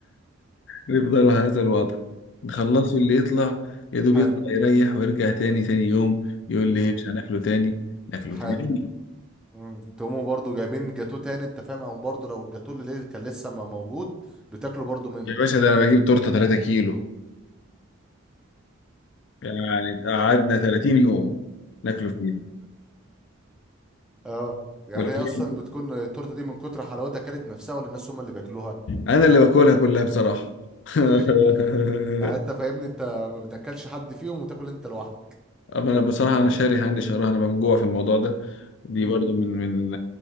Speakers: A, on the left (about 55°); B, in the centre.
A: يفضلوا هذا الوضع نخلصوا اللي يطلع يا دوب
B: حلو
A: يطلع يريح ويرجع تاني تاني يوم يقول لي
B: امم
A: مش هناكله تاني ناكله
B: حلو
A: تاني <laughs>
B: امم تقوموا برضو جايبين جاتوه تاني انت فاهم او برضو لو الجاتوه اللي كان لسه ما موجود بتاكلوا برضو منه
A: يا باشا ده انا بجيب تورته 3 كيلو يعني قعدنا 30 يوم ناكله فين
B: اه يعني
A: ولا كيلو؟
B: هي اصلا بتكون التورته دي من كتر حلاوتها كانت نفسها ولا الناس هم اللي بياكلوها
A: انا اللي باكلها كلها بصراحه <laughs>
B: <laughs> يعني انت فاهمني انت ما بتاكلش حد فيهم وتاكل انت لوحدك
A: أما أنا بصراحة أنا شاري هاندي شهرها أنا مفجوع في الموضوع ده دي
B: امم
A: برضو من من